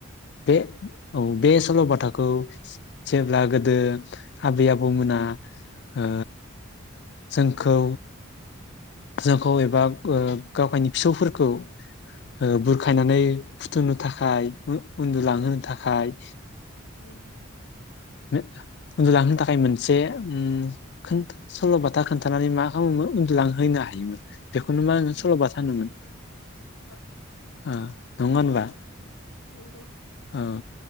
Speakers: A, on the left; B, on the left.
A: बे औ बे स सलबाथाखौ जेब्ला गोदो आबै आबौमोना ओ जोंखौ जोंखौ एबा ओ गावगायनि फिसौफोरखौ ओ बुरखायनानै फुथुनो थाखाय उ-उन्दुलांहोनो थाखाय
B: उम
A: उ उन्दुलांहोनो थाखाय मोनसे उम खोन सलबाथा खोन्थानानै मा खालामोमोन उन्दुलांहोयो ना हायोमोन बेखौनो मा
B: औ
A: होनो सलबाथा होनोमोन
B: औ
A: ओ नङा होनबा
B: नंगौ
A: औ